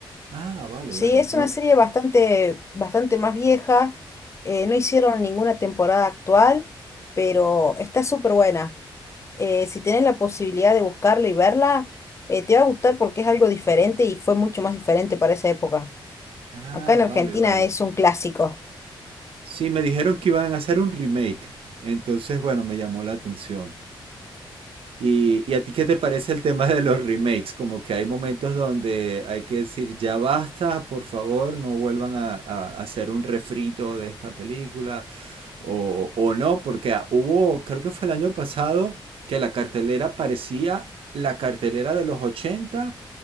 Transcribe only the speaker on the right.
Ah, vale,
vale.
No-
Ah,
vale, vale.
Sí, me dijeron que iban a hacer un remake. Entonces, bueno, me llamó la atención. ¿Y, y a ti qué te parece el tema de los remakes? Como que hay momentos donde hay que decir, ya basta, por favor, no vuelvan a, a a hacer un refrito de esta película. O, o no, porque ah, hubo, creo que fue el año pasado, que la cartelera parecía la cartelera de los 80,